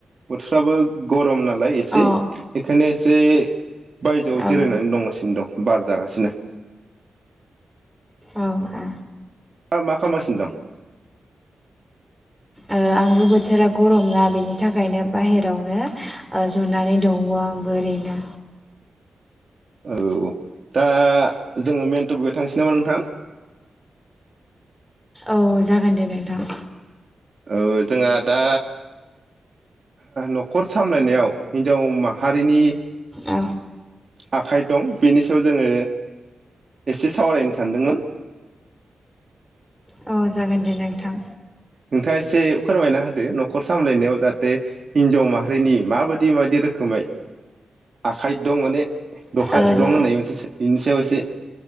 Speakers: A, on the right; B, in the centre.
A: बोथोरफ्राबो गथ नालाय इसे
B: अ
A: एखायनो से बायजोआव
B: औ
A: जिरायनानै दंगासिनो दं। बार जागासि नो
B: औ औ।
A: दा मा खालामासिनो दं।
B: ओ आंबो बोथोरा गरम ना बेनि थाखायनो बाहेरावनो ओ जनानै दं आंबो ओरैनो।
A: औ दा जोङो मेन थफिगआव थांसै नामा नोंथां?
B: औ जागोन दे नोंथां।
A: ओ जोंहा दा न'खर सामलायनायाव हिनजाव माहारिनि
B: औ
A: आखाइ दं बिनि सायाव जोङो एसे सावरायनो सानदोंमोन।
B: अ जागोन दे नोंथां।
A: नोंथाङा एसे फोरमायना होदो न'खर सामलायनायाव जाहाथे हिनजाव माहारिनि माबायदि माबायदि रोखोमै आखाइ दं माने दखा
B: ओ
A: दं होननाय मोनसेसो बिनि सायाव एसे